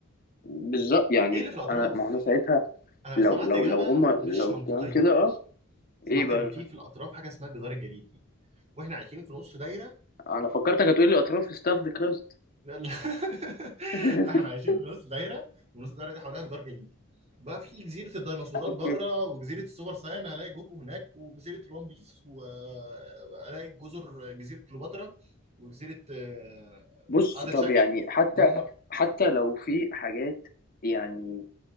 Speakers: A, on the left; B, on the right.
A: بالظبط يعني
B: إيه اللي في الأطراف؟
A: انا ما هو انا ساعتها
B: أنا
A: لو
B: سمعت
A: لو
B: إجابة
A: لو هم لو
B: مش منطقية
A: الكلام كده اه
B: سمعت
A: ايه بقى
B: إن في في الأطراف حاجة اسمها الجدار الجليدي وإحنا عايشين في نص دايرة
A: انا فكرتك هتقول لي اطراف ستاف ذا كراست
B: يلا <laughs>
A: <laughs>
B: احنا عايشين في نص دايره ونص الدايره دي حواليها جدار جليدي بقى في جزيره الديناصورات
A: اوكي
B: بره وجزيره السوبر ساين هلاقي جوكو هناك وجزيره الون بيس وهلاقي جزر جزيره كليوباترا وجزيره آه،
A: بص
B: عادل
A: طب
B: شكل
A: يعني حتى
B: ما هو
A: حتى لو في حاجات يعني